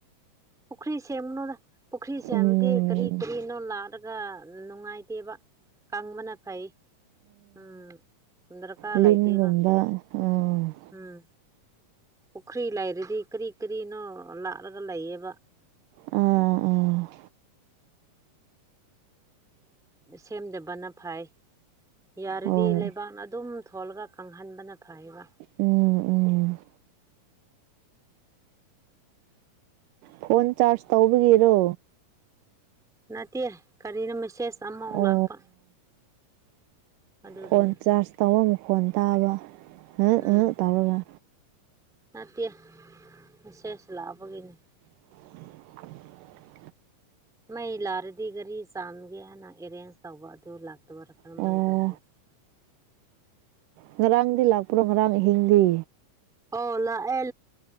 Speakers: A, in the centre; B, on the right.
A: ꯄꯨꯈ꯭ꯔꯤ ꯁꯦꯝꯒꯅꯣꯗ ꯄꯨꯈ꯭ꯔꯤ ꯁꯦꯝꯕꯗꯤ
B: ꯎꯝ
A: ꯀꯔꯤ ꯀꯔꯤꯅꯣ ꯂꯥꯛꯂꯒ ꯅꯨꯡꯉꯥꯏꯇꯦꯕ ꯀꯪꯕꯅ ꯐꯩ ꯎꯝ ꯗꯔꯀꯥꯔ
B: ꯂꯤꯟꯒꯨꯝꯕ
A: ꯂꯩꯇꯦꯕ
B: ꯎꯝ
A: ꯎꯝ ꯄꯨꯈ꯭ꯔꯤ ꯂꯩꯔꯗꯤ ꯀꯔꯤ ꯀꯔꯤꯅꯣ ꯂꯥꯥꯛꯂꯒ ꯂꯩꯌꯦꯕ
B: ꯎꯝ ꯎꯝ
A: ꯁꯦꯝꯗꯕꯅ ꯐꯩ ꯌꯥꯔꯗꯤ
B: ꯍꯣꯏ
A: ꯂꯩꯕꯥꯛꯅ ꯑꯗꯨꯝ ꯊꯣꯜꯂꯒ ꯀꯪꯍꯟꯕꯅ ꯐꯩꯌꯦꯕ
B: ꯎꯝ ꯎꯝ ꯐꯣꯟ ꯆꯥꯔꯖ ꯇꯧꯕꯒꯤꯔꯣ
A: ꯅꯠꯇꯦ ꯀꯔꯤꯅ ꯃꯦꯁꯦꯖ ꯑꯃꯃꯨꯛ
B: ꯑꯣ
A: ꯂꯥꯛꯄ ꯑꯗꯨꯒꯤꯅꯤ
B: ꯐꯣꯟ ꯆꯥꯔꯖ ꯇꯧꯕ ꯃꯈꯣꯟ ꯇꯥꯕ <unintelligible>
A: ꯎꯝ
B: ꯇꯧꯔꯒ
A: ꯅꯠꯇꯦ ꯃꯦꯁꯦꯖ ꯂꯥꯛꯄꯒꯤꯅꯦ
B: <unintelligible>
A: ꯃꯩ ꯂꯥꯛꯔꯗꯤ ꯒꯥꯔꯤ ꯆꯥꯝꯒꯦ ꯍꯥꯏꯅ ꯑꯦꯔꯦꯟꯖ ꯇꯧꯕ ꯑꯗꯨ ꯂꯥꯛꯇꯕꯔꯥ ꯀꯔꯝꯍꯥꯏꯅ
B: ꯑꯣ
A: ꯇꯧꯕ꯭ꯔꯦ
B: ꯉꯔꯥꯡꯗꯤ ꯂꯥꯛꯄ꯭ꯔꯣ ꯉꯔꯥꯡ ꯑꯍꯤꯡꯗꯤ
A: ꯑꯣ ꯂꯥꯛꯑꯦ